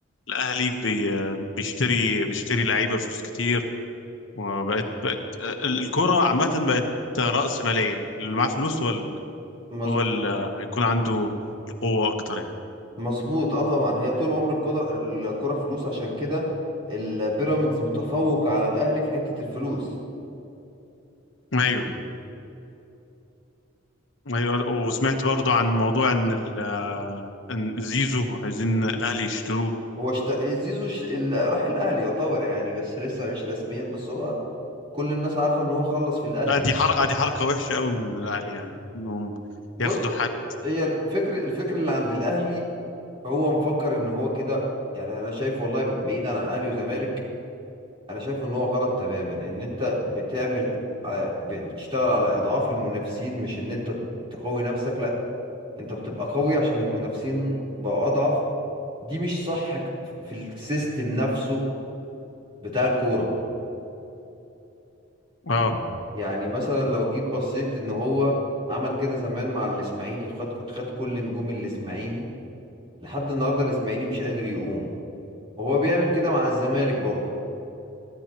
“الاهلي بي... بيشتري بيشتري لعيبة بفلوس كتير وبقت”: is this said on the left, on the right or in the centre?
Left